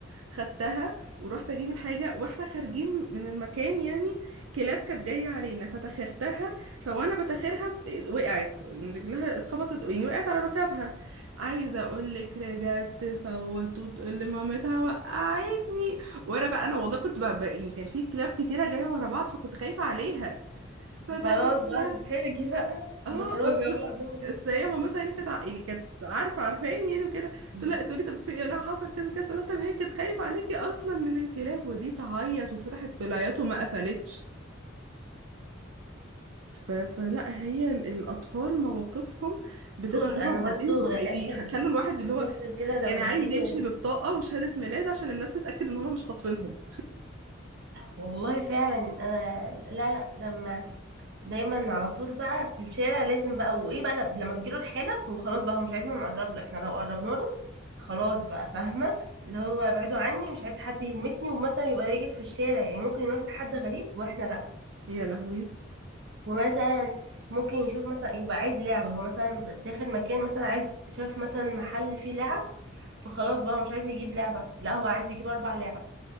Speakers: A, on the right; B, on the right.
A: خدتها ورحت اجيب الحاجه واحنا خارجين من المكان يعني كلاب كانت جايه علينا فتاخرتها فوانا بتاخرها ط- وقعت يعني رجلها اتخبطت يعني وقعت على ركبها عايزه اقول لك رجعت تصوت وتقول لمامتها وقعتني وانا بقى انا والله كنت بقى بقى- يعني كان في كلاب كتيره جايه ورا بعض فكنت خايفه عليها فتاخرتها
B: خلاص بقى تتحرجي <laughs> بقى
A: اه
B: محرجه
A: بس
B: بقى قدام
A: بس هي مامتها يعني كانت ع- يعني كانت عارفه عارفين يعني وكده
B: الناس.
A: تقول لها تقول لي طب في ايه لا حصل كذا كذا تقول لها طب هي كانت خايفه عليكي اصلا من الكلاب ودي تعيط واتفتحت في العياط وما قفلتش ف... فلا هي ال- الاطفال مواقفهم بتبقى
B: فلوس
A: غريبه
B: انا
A: وبعدين
B: برضو
A: بي-
B: اسر
A: بيخلوا الواحد اللي هو
B: يخطر كده
A: يعني
B: لما بيجيلي
A: عايز يمشي ببطاقه وشهاده ميلاد عشان الناس تتاكد ان هم مش خاطفينهم
B: والله فعلا انا لا لا لما دايما على طول بقى في الشارع لازم بقى وايه بقى لب- لما بتجيله الحالة هو خلاص بقى هو مش عايزنا نقرب له احنا لو قربنا له خلاص بقى فاهمة اللي هو ابعدوا عني مش عايز حد يلمسني ومثلا يبقى يجري في الشارع يعني ممكن يروح لحد غريب واحنا لا
A: يا لهوي
B: ومثلا ممكن يشوف مثلا يبقى عايز لعبة هو مثلا داخل مكان مثلا عايز شاف مثلا محل فيه لعب فخلاص بقى هو مش عايز يجيب لعبة لا هو عايز يجيب أربع لعب